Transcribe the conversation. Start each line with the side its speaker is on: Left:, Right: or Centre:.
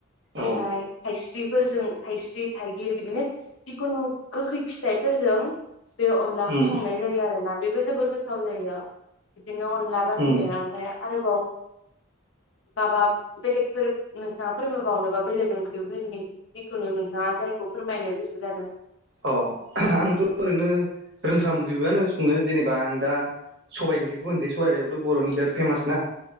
Left: ओमफाय
Right: औ
Left: थाइस्रिफोरजों थाइस्रि थाइगिर बिदिनो जिकुनु गोखै फिथाइफोर जों बे अनलाखो
Right: उम
Left: संनाय जायो आरोना बेबो जोबोर गोथाव जायो बिदिनो अनला बानायनाया
Right: उम
Left: ओमफ्राय आरोबाव माबा बेलेग फोरब नोंथाङा फोरमायबावनोबा बेलेग ओंख्रिफोरनि -खुनु नोंथाङा जायखौ फोरमायनो गोसो जादों
Right: अ आंथ' ओरैनो रोंफ्रामजोबोआनो संनो जेनेबा आं दा सबाइ ओंख्रिखौ होनसै सबाइयावथ' बर'नि बिराद फेमास ना